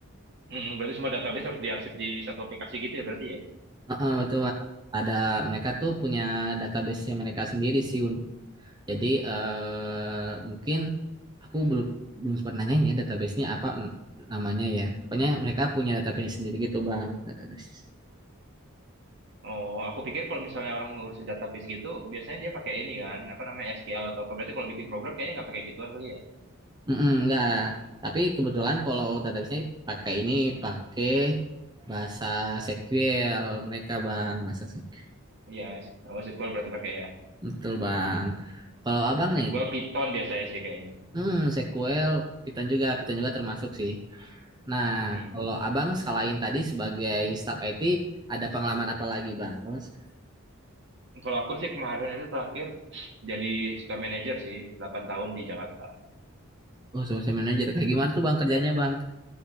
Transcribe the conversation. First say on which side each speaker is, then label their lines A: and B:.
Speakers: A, on the right; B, on the right.
A: hmm, berarti semua database harus diarsip di satu aplikasi gitu ya berarti ya?
B: Heeh, betul. Ada mereka tuh punya database-nya mereka sendiri sih. Un. Jadi eh, mungkin aku belum belum sempat nanyain ya database-nya apa n- namanya ya. Pokoknya mereka punya database sendiri gitu bang. Database.
A: Oh, aku pikir kalau misalnya orang ngurusin database gitu, biasanya dia pakai ini kan, apa namanya SQL atau apa? Berarti kalau bikin program kayaknya nggak pakai gituan kali ya?
B: Mm-mm, enggak. Tapi kebetulan kalau database-nya pakai ini pakai bahasa SQL mereka bang bahasa SQL.
A: Iya, oh SQL berarti pakai ya.
B: Betul bang. Kalau abang
A: Sequel
B: nih,
A: Python biasanya sih kayaknya.
B: hmm, SQL Python juga Python juga termasuk sih. Nah,
A: Hmm.
B: kalau Abang selain tadi sebagai staf IT, ada pengalaman apa lagi, Bang? Kalau s-
A: Kalau aku sih kemarin itu terakhir jadi store manager sih, 8 tahun di Jakarta.
B: Oh, social manager. Kayak gimana tuh, Bang, kerjanya, Bang?